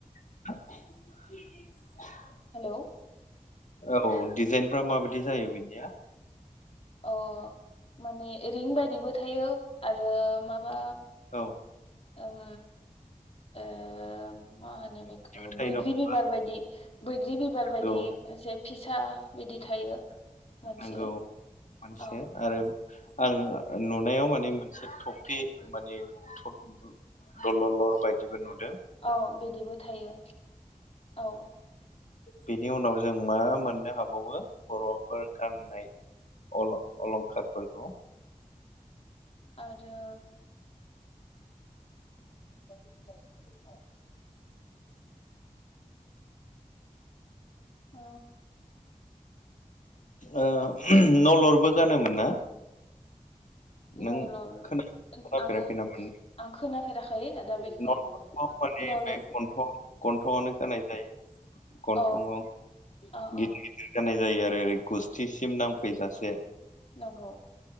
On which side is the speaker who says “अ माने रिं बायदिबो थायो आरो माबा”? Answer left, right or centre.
Left